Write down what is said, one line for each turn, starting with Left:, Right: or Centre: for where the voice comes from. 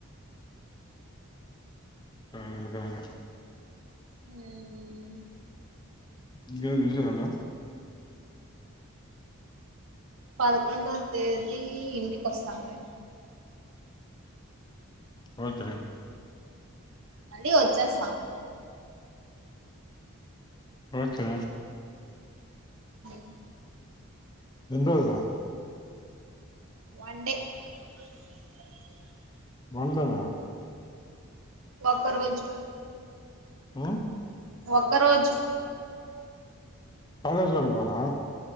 Left: గాదు గనే
Right: ఉమ్
Left: ఇంగేంది విషయాలు
Right: పదకొండో తేదీ ఇంటికోస్తన్ నేన్
Left: పోతే
Right: మళ్ళీ ఓచ్చేస్తాను
Left: ఓకే
Right: ఉమ్
Left: రొండ్రోజుల
Right: వన్ డే అ
Left: వందనా
Right: వక్క రోజ్
Left: ఓ
Right: ఒక్కరోజు
Left: కాలేజ్ వెళ్లు పోనా